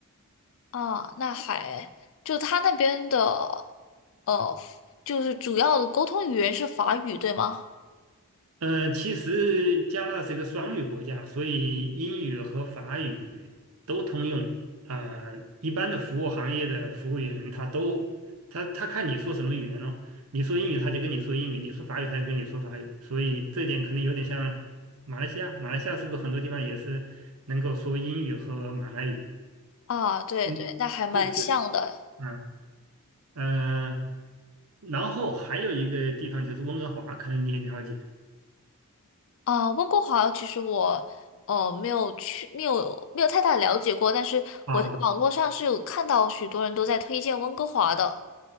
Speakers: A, on the left; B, on the right.
A: 啊，那还就他那边的，呃，就是主要的沟通语言是法语，对吗？
B: 嗯，其实加纳是一个双语国家，所以英语和法语都通用。啊、一般的服务行业的服务员，他都他他看你说什么语言咯，你说英语他就跟你说英语，你说法语他就跟你说法语，所以这点可能有点像马来西亚。马来西亚是不是很多地方也是能够说英语和马来语？
A: 啊，对对，
B: 是是是，
A: 那还蛮像的。
B: 啊，嗯。然后还有一个地方就是温哥华，可能你也了解。
A: 啊，温哥华其实我呃没有去，没有没有太大了解过，但是我在网络上是有看到许多人都在推荐温哥华的。
B: 啊。